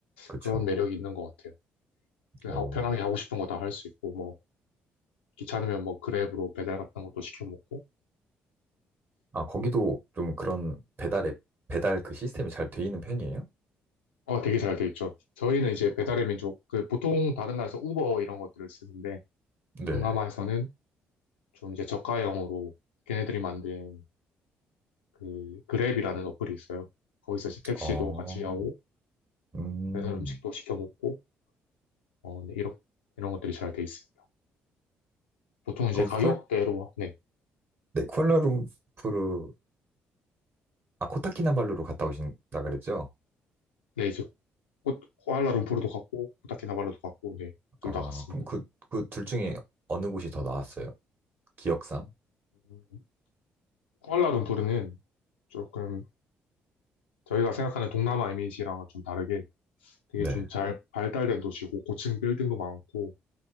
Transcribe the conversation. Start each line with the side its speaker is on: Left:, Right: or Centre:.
Right: 그쵸.
Left: 그런 매력이 있는 것 같아요. 그냥
Right: 오.
Left: 하- 편하게 하고 싶은 거 다 할 수 있고 뭐 귀찮으면 뭐 그랩으로 배달 같은 것도 시켜 먹고
Right: 아, 거기도 좀 그런 배달 앱, 배달 그 시스템이 잘 돼 있는 편이에요?
Left: 어 되게 잘 돼 있죠. 저희는 이제 배달의
Right: 어,
Left: 민족 그 보통 다른 나라에서 우버 이런 것들을 쓰는데
Right: 네.
Left: 동남아에서는 좀 이제 저가형으로 걔네들이 만든 그 그랩이라는 어플이 있어요. 거기서 이제 택시도
Right: 어,
Left: 같이 하고
Right: 음.
Left: 배달 음식도 시켜 먹고 어, 네, 이런 이런 것들이 잘 돼 있습니다. 보통 이제
Right: 거기
Left: 가격대로,
Right: 쿠알,
Left: 네,
Right: 네, 쿠알라룸푸르, 아, 코타키나발루로 갔다 오신다 그랬죠?
Left: 네, 이제 코, 코알라 룸푸르도 갔고, 코타키나발루도 갔고, 네, 둘
Right: 아,
Left: 다 갔습니다.
Right: 그럼 그, 그 둘 중에 어느 곳이 더 나았어요? 기억상?
Left: 음, 코알라 룸푸르는 조금 저희가 생각하는 동남아 이미지랑은 좀 다르게 되게
Right: 네.
Left: 좀 잘 발달된 도시고, 고층 빌딩도 많고,